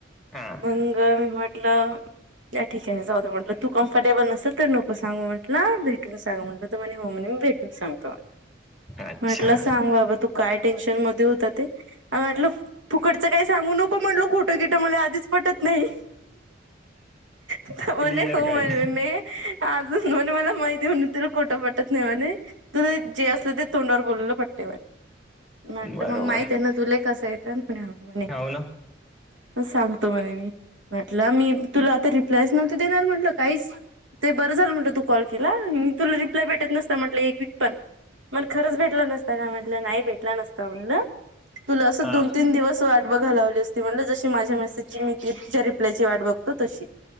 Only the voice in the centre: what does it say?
हा
अच्छा
हम्म.
क्लिअर
कट
बरोबर
हो ना
हा